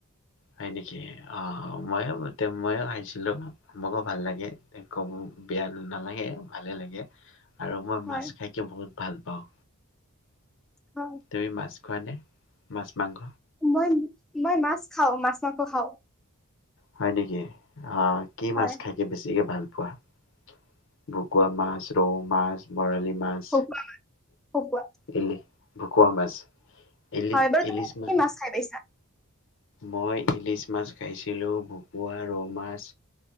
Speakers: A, on the left; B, in the centre.
A: হয় নেকি অ ময়ো ময়ো খাইছিলো মোকো ভাল লাগে বিয়া নালাগে ভালে লাগে আৰু মই
B: হয়
A: মাছ খাইকে বহুত ভাল পাওঁ
B: হয়
A: তুমি মাছ খোৱা নে মাছ মাংস
B: মই মই মাছ খাওঁ মাছ মাংস খাওঁ
A: হয় নেকি অ কি
B: হয়
A: মাছ খাই কি বেছিকে ভাল প বু <unintelligible> ভকুৱা মাছ ৰৌ মাছ বৰালি মাছ
B: খকুৱা খকুৱা
A: এইলি ভকুৱা মাছ ইলি
B: হয় বাৰু তুমি
A: ইলিছ মাছ
B: কি
A: <unintelligible>
B: খাই পাইছা
A: মই ইলিছ মাছ খাইছিলো ভকুৱা ৰৌ মাছ